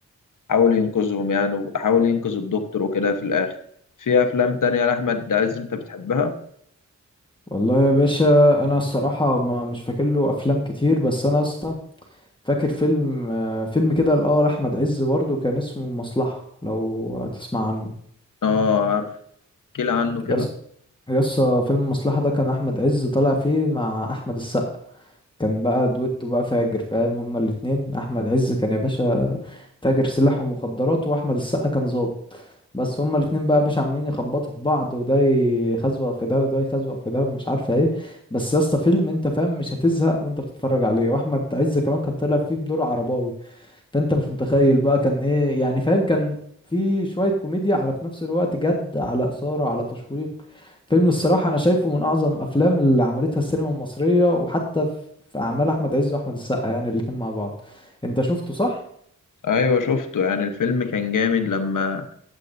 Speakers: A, on the left (about 80°); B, on the left (about 15°).
A: حاول ينقذهم يعني وحاول ينقذ الدكتور وكده في الآخر في أفلام تانية لأحمد عز أنت بتحبها؟
B: والله يا باشا انا الصراحه ما مش فاكر له افلام كتير بس انا يا اسطى فاكر فيلم أه فيلم كده لاه لاحمد عز برضه كان اسمه المصلحه لو هتسمع عنه
A: آه عارف احكي لي عنه كده
B: يس يس فيلم المصلحه ده كان احمد عز طالع فيه مع احمد السقا كان بقى دويتو بقى فاجر فاهم هما الاتنين احمد عز كان يا باشا تاجر سلاح ومخدرات واحمد السقا كان ظابط بس هما الاتنين بقى يا باشا عمالين يخبطوا في بعض وده يخزوق في ده وده يخزوق في ده ومش عارفه ايه بس يا اسطى فيلم انت فاهم مش هتزهق وانت بتتفرج عليه واحمد عز كمان كان طالع فيه بدور عرباوي فانت مش متخيل بقى كان ايه يعني فاهم كان في شويه كوميديا على في نفس الوقت جد على اثاره على تشويق فيلم الصراحه انا شايفه من اعظم افلام اللي عملتها السينما المصريه وحتى في في اعمال احمد عز واحمد السقا يعني الاتنين مع بعض انت شفته صح
A: ايوه شفته يعني الفيلم كان جامد لما